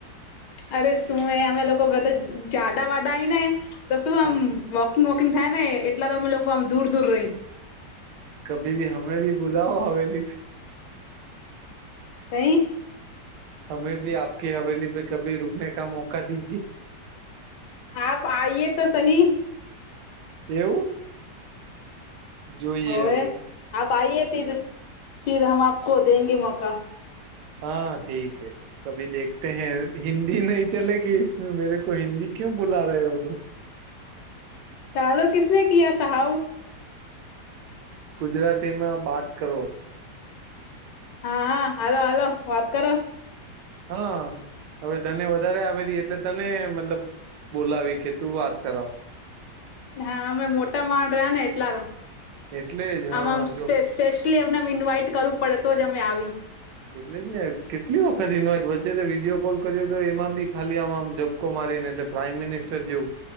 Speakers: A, on the left (about 85°); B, on the right (about 80°).
A: અરે શું, એ અમે લોકો ગધા-જાડા-વાડા આવીય ને તો શું આમ?
B: હા
A: વોકિંગ વોકિંગ થાય ને એટલા તો અમે લોકો આમ દૂર દૂર રહીએ.
B: કભી ભી હમે ભી બુલાઓ હવેલીથી.
A: નઈ.
B: હમે ભી આપકી હવેલી પે કભી રૂકને કા મોકા દીજે.
A: આપ આઈએ તો સહી.
B: એવું. જોઈએ
A: હોએ.
B: હવે
A: આપ આઈએ, ફર ફર હ આપકો દેગે મોકા.
B: હા, ઠીક છે. કભી દેખતે હૈ, હિન્દી નહીં ચલેગી. મેરે કો હિન્દી ક્યુ બુલા ર હો તું?
A: ચાલો, કીસને ક સાહેબ.
B: ગુજરાતીમાં વાત કરો.
A: હા હા, હલો હાલો, વાત કરો.
B: હા, હવે તને વધારે આવે એટલે તને મતલબ. બોલાવી કે તું વાત કરાવ.
A: હા, અમે મોટા માણ રહ્યા ને, એટલા
B: એટલે જ
A: આમાંમ
B: હા
A: સ્પેસ.
B: જો
A: સ્પેશ્યલી અમને ઇન્વાઈટ કરવું પડે તો જ અમે આવીએ.
B: એટલે જ ને, કેટલી વખત ન હોય વચ્ચે તો વિડીયો કોલ કર્યો, તો એમાં બી ખાલી આમ આમ જ. ક મારીને એટલે પ્રાાઈમ મિનિસ્ટર જેવું